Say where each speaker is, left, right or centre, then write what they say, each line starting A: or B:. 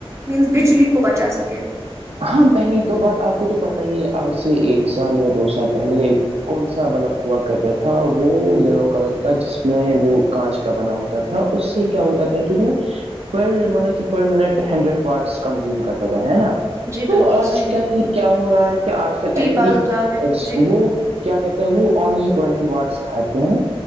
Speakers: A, on the right; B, on the right.
A: مینس بجلی کو بچا سکے
B: ہاں پہلی تو بات آپ کو تو پتا ہی آج سے ایک سال یا دو سال پہلے کون سا بلب ہوا کہتا تھا وہ یلو کلر کا جس میں وہ کانچ کا بنا ہوتا تھا اس سے کیا ہوتا تھا کہ وہ پر مطلب کہ per minute hundred parts consume کرتا تھا ہےا <unintelligible>
A: جی
B: تو
A: بالکل
B: آج
A: صحیح
B: کل
A: ہے
B: کیا ہو رہا ہے کہ آج کل ایل ای
A: بلبس
B: ڈی
A: آ گئے جی
B: وہ کیا کہتے ہیں وہ اونلی ٹوینٹی وڈس کھاتے ہیں